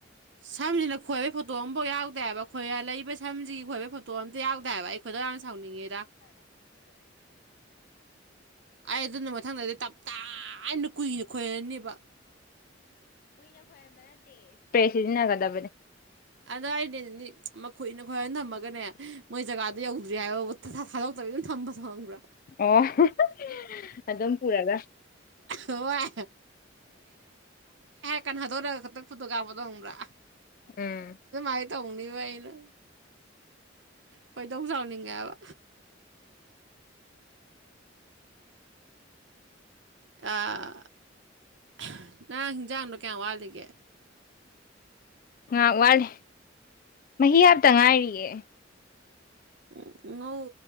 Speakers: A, on the right; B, on the left.
A: ꯁꯝꯁꯤꯅ ꯈꯣꯏꯕ ꯐꯣꯇꯣ ꯑꯝꯐꯥꯎ ꯌꯥꯎꯗꯦꯕ ꯈꯣꯏ ꯂꯩꯕ ꯁꯝꯁꯤꯒꯤ ꯈꯣꯏꯕ ꯐꯣꯇꯣ ꯑꯝ ꯌꯥꯎꯗꯦ ꯍꯥꯏꯕ ꯑꯩꯈꯣꯏꯗ ꯁꯥꯎꯅꯤꯡꯉꯗ ꯑꯩ ꯑꯗꯨꯅ ꯃꯊꯪꯗꯗꯤ ꯇꯞ ꯇꯥꯅ ꯀꯨꯏꯅ ꯈꯣꯏꯔꯅꯦꯕ
B: ꯁꯤꯖꯤꯅꯒꯗꯕꯅꯤ
A: ꯑꯗ ꯑꯩꯅꯦ ꯃꯈꯨꯏꯅ ꯈꯣꯏꯔ ꯊꯝꯃꯒꯅꯦ ꯃꯣꯏ ꯖꯒꯥꯗ ꯌꯧꯗ꯭ꯔꯤ ꯍꯥꯏꯕ ꯥ ꯊꯥꯗꯣꯛꯇ꯭ꯔ ꯑꯗꯨ ꯊꯝꯕꯁꯨ ꯍꯪꯕ꯭ꯔꯥ
B: ꯑꯣ ꯍꯦ ꯍꯦ ꯍꯦ ꯑꯗꯨꯝ ꯄꯨꯔꯒ
A: ꯍꯣꯏ ꯀꯟꯅ ꯀꯟ ꯐꯨꯠꯇꯣ ꯀꯥꯕꯗꯣ ꯈꯥꯪꯕ꯭ꯔꯥ
B: ꯎꯝ
A: ꯑꯩꯚꯥꯏ ꯇꯎꯅꯤꯕ ꯑꯩꯅ <unintelligible> ꯀꯩꯗꯧ ꯆꯥꯎꯥꯎꯅꯤꯡꯉꯕ ꯑꯥ ꯍꯥ ꯅꯪ ꯍꯤꯟꯖꯥꯡꯗꯣ ꯀꯌꯥꯝ ꯋꯥꯠꯂꯤꯒꯦ
B: ꯉꯍꯥꯛ ꯋꯥꯠꯂꯤ ꯃꯍꯤ ꯍꯥꯞꯇ ꯉꯥꯏꯔꯤꯌꯦ
A: ꯎꯝ ꯉꯧ